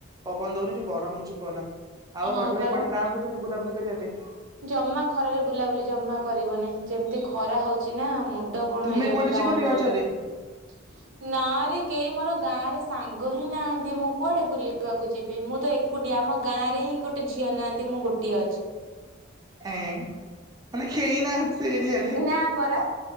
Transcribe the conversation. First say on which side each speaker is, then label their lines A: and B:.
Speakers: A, on the right; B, on the right.
A: ପବନ ଦୋଉନେଇଁ ଯୋଉ ଗରମ ହୋଉଛି କୁହନା। ଆଉ
B: ହଁ
A: ରଜ ପାଇଁ
B: ପରା
A: କୁଆଡେ ପ୍ଲାନ କରିଚନ୍ତି ବୁଲାବୁଲି କରିବା ପାଇଁ?
B: ଜମା ଖରାରେ ବୁଲାବୁଲି ଜମା କରିବନି ଯେମ୍ତି ଖରା ହୋଉଛି ନା ମୁଣ୍ଡ କଣ
A: ତୁମେ
B: ହେଇଯାଉଚି
A: କୁଆଡେ
B: ବାହହାରୁକୁ
A: ଯିବନି ରଜରେ
B: ଗଲାଏଳୁକୁ। ନାରେ କେହି ମୋର ଗାଁ ରେ ସାଙ୍ଗ ହିଁ ନାହାନ୍ତି ମୁଁ କୁଆଡେ ବୁଲିବାକୁ ଯିବି ମୁଁ ତ ଏ ଏକୁଟିଏ ଆମ ଗାଁରେ ହିଁ ଗୋଟେ ଝିଅ ନାହାନ୍ତି ମୁଁ ଗୋଟିଏ ଅଛି।
A: ଏଁ ମାନେ କେହି ନାହାନ୍ତି ସେ ଏରିଆରେ।
B: ନା ପରା୍